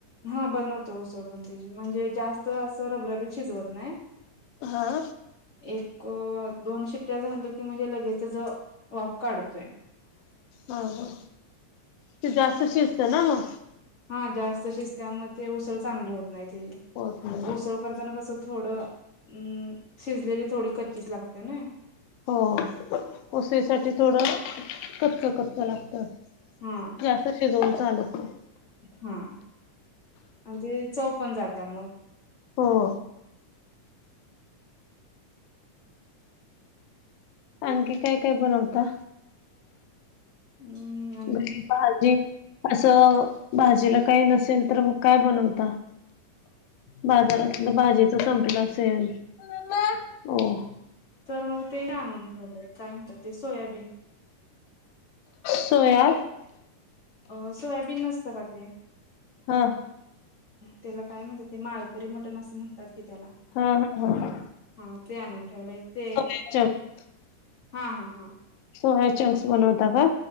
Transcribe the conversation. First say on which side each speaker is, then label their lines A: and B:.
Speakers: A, on the left; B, on the left.
A: हा बनवतो उसळ पण त्याजी म्हणजे जास्त असं रबरबी शिजवत नाही.
B: हा.
A: एक दोन शिट्ट्या झाल्या की म्हणजे लगेच त्याज, वाफ काढतोय.
B: हा हा, ते जास्त शिजत ना म.
A: हा जास्त शिस्तत्या म ते उसळ चांगली होत नाही त्याजी.
B: होत नाही
A: उसळ करताना कसं थोडं, अं, शिजलेली थोडी कच्चीच लागत्या नई.
B: हो उसळीसाठी थोडं कच्च कच्च लागत.
A: हा
B: जास्त शिजवून चालत नाही.
A: हा, आणि ते चव पण जात्या मग.
B: हो. आणखी काय काय बनवता?
A: हम्म.
B: घरी भाजी असं भाजीला काही नसेल तर मग काय बनवता? बाजारातल भाजीच संपलं असेल, मम्मा, ओ.
A: तर मग ते आणून ठेवलं काय म्हणता ते सोयाबीन.
B: सोया
A: अ सोयाबीन नसत का ते.
B: हां.
A: त्याला काय म्हणतात ते माळपरी मटण असं म्हणतात की त्याला.
B: हा हा हा
A: हा ते आणून ठेवलंय ते.
B: सोया चंक्स
A: हा हा हा.
B: सोया चंक्स बनवता का